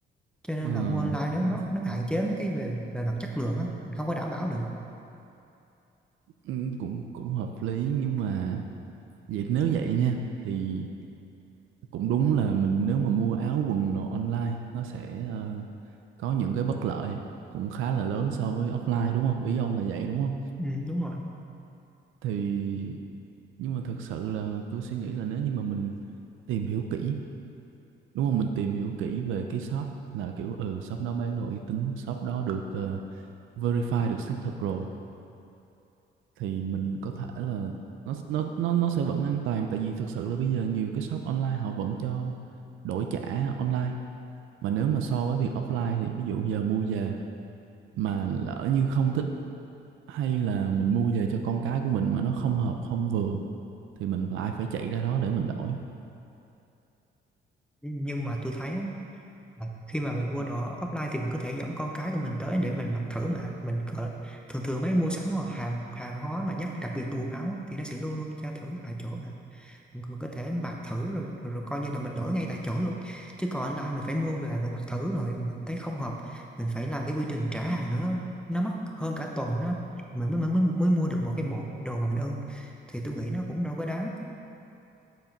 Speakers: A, in the centre; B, on the right.
A: cho nên
B: ờ,
A: là mua online
B: cũng
A: nó nó, nó hạn chế mấy cái về về mặt chất lượng á mình không có đảm bảo được
B: ừ, cũng cũng hợp lý nhưng mà vậy nếu vậy nha thì cũng đúng là mình nếu mà mua áo quần đồ online nó sẽ ờ, có những cái bất lợi cũng khá là lớn so với offline đúng không ý ông là vậy đúng không
A: ừ, đúng rồi
B: thì nhưng mà thật sự là tôi suy nghĩ là nếu như mà mình tìm hiểu kỹ đúng không mình tìm hiểu kỹ về cái shop là kiểu ừ shop đó bán đồ uy tín shop đó được ờ, verify được xác thực rồi thì mình có thể là nó nó nó nó sẽ vẫn an toàn tại vì thực sự là bây giờ nhiều cái shop online họ vẫn cho đổi trả online mà nếu mà so với việc offline thì ví dụ giờ mua về mà lỡ như không thích hay là mình mua về cho con cái của mình mà nó không hợp không vừa thì mình phải phải chạy ra đó để mình đổi
A: nhưng mà tôi thấy á, À, khi mà mình mua đồ offline thì mình có thể dẫn con cái của mình tới để mình mặc thử mà mình cỡ, thường thường mấy mua sắm hoặc hàng hàng hóa mà nhất đặc biệt là quần áo á, thì nó sẽ luôn luôn tra thử tại chỗ mà mình, mình có thể mặc thử rồi, rồi, rồi coi như là mình đổi ngay tại chỗ luôn chứ còn online mình phải mua về mình mặc thử rồi mình thấy không hợp mình phải làm cái quy trình trả hàng nữa nó mất hơn cả tuần đó mình mới, mới mới mới mua được một cái bộ đồ mà mình ưng thì tôi nghĩ nó cũng đâu có đáng